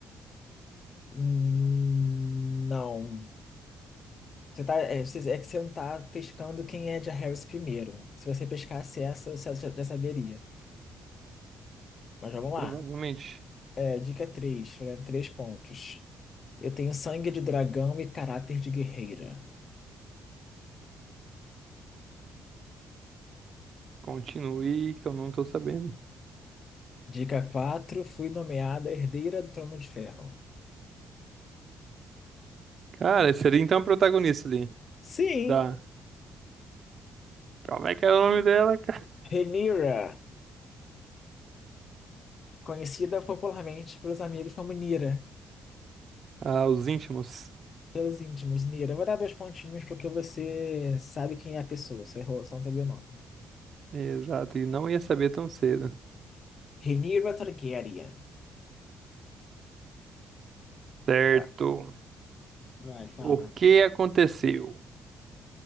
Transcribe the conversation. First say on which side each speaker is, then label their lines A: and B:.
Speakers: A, on the left; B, on the right.
A: Hum, Não. Você tá, é, você- é que você não tá pescando quem é de Harris primeiro. Se você pescasse essa, você já, já saberia. Mas vamos lá.
B: provavelmente.
A: É, dica 3, três pontos. Eu tenho sangue de dragão e caráter de guerreira.
B: Continue, que eu não tô sabendo.
A: Dica 4 fui nomeada herdeira do Trono de Ferro.
B: Cara, seria então a protagonista ali.
A: Sim,
B: Da. Como é que era o nome dela, cara?
A: Rhaenyra, conhecida popularmente pelos amigos como Nira,
B: Ah, ah, os íntimos.
A: pelos íntimos Nira. Eu Vou dar dois pontinhos porque você sabe quem é a pessoa, você errou, só não sabia o nome.
B: Exato, e não ia saber tão cedo.
A: Rhaenyra Targaryen.
B: Certo.
A: Tá, vai, fala.
B: O que aconteceu?